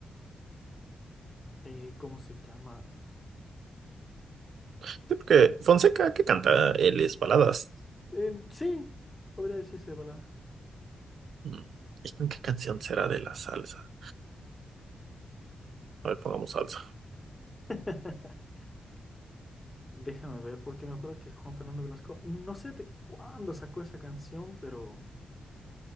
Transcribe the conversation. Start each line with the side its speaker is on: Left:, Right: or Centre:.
Left: Eh, ¿cómo se llama?
Right: Sí, Porque
Left: Eh,
Right: Fonseca, ¿qué canta? Él es baladas.
Left: Eh, sí, podría decirse de palabras.
Right: Mm, ¿Y con qué canción será de la salsa? A ver, pongamos salsa.
Left: <laughs> Déjame ver, porque me acuerdo que Juan Fernando Velasco, no sé de cuándo sacó esa canción, pero,